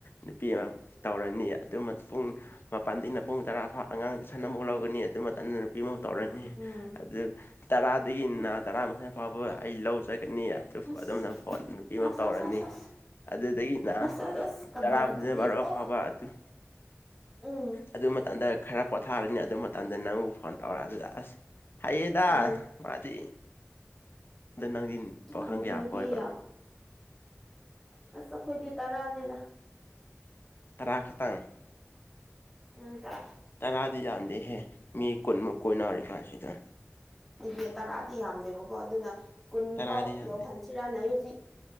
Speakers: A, on the left (about 50°); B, in the centre.
A: ꯅꯨꯄꯤ ꯑꯃ ꯇꯧꯔꯅꯤ ꯑꯗꯨ ꯄꯨꯡ ꯃꯄꯥꯟꯗꯩꯅ ꯄꯨꯡ ꯇꯔꯥ ꯐꯥꯎ ꯑꯉꯥꯡ ꯇꯨꯢꯁꯟ ꯑꯃꯨꯛ ꯂꯧꯒꯅꯤ ꯑꯗꯨ ꯃꯇꯝꯗ ꯅꯨꯄꯤ ꯑꯃꯨ ꯇꯧꯔꯅꯤ
B: ꯎꯝ
A: ꯑꯗꯨ ꯇꯔꯥꯗꯒꯤꯅ
B: ꯎꯝ
A: ꯇꯔꯥ ꯃꯊꯣꯢ ꯐꯥꯎꯕ ꯑꯩ ꯂꯧ ꯆꯠꯀꯅꯤ ꯑꯗꯨ
B: ꯑꯁ
A: ꯑꯗꯨꯝꯅ ꯐꯣꯟ ꯅꯨꯄꯤ ꯑꯃ ꯇꯧꯔꯅꯤ
B: ꯑꯁ ꯑꯁ ꯑꯁ ꯑꯁ
A: ꯑꯗꯨꯗꯒꯤꯅ
B: ꯑꯁ ꯑꯁ ꯑꯁ ꯀꯗꯔ
A: ꯇꯔꯥꯝꯊꯣꯏ
B: ꯑꯗꯨꯗꯤ
A: ꯕꯥꯔꯣ
B: ꯑꯣ
A: ꯐꯥꯎꯕ ꯑꯗꯨꯝ
B: ꯎꯝ
A: ꯑꯗꯨ ꯃꯇꯝꯗ ꯈꯔ ꯄꯣꯊꯥꯔꯅꯤ ꯑꯗꯨ ꯃꯇꯝꯗ ꯅꯪꯕꯨ ꯐꯣꯟ ꯇꯧꯔꯛꯑ ꯗꯨꯗ ꯑꯁ ꯍꯩꯌꯦꯗ
B: ꯎꯝ
A: ꯃꯥꯗꯤ ꯗ ꯅꯪꯗꯤ ꯄꯥꯈꯪ
B: ꯑꯗꯨꯗꯤ
A: ꯀꯌꯥ
B: ꯅꯨꯄꯤ
A: ꯀꯣꯢꯕ꯭ꯔ
B: ꯌꯥꯝ ꯑꯁ ꯑꯈꯣꯏꯗꯤ ꯇꯔꯥꯅꯦꯗ
A: ꯇꯔꯥ ꯈꯛꯇꯪ
B: ꯎꯝ ꯇꯔꯥ
A: ꯇꯔꯥꯗꯤ ꯌꯥꯥꯝꯗꯦꯍꯦ ꯃꯤ ꯀꯨꯟꯃꯨꯛ ꯀꯣꯏꯅꯔꯤꯀꯥꯟꯁꯤꯗ
B: ꯗꯨꯅꯦ ꯇꯔꯥꯗꯤ ꯌꯥꯝꯗꯦꯕꯀꯣ ꯑꯗꯨꯅ ꯀꯨꯟ
A: ꯇꯔꯥꯗꯤ
B: ꯐꯥꯎ
A: ꯌꯥꯝꯗꯦ
B: ꯌꯧꯍꯟꯁꯤꯔꯅ ꯑꯩ ꯍꯨꯖꯤꯛ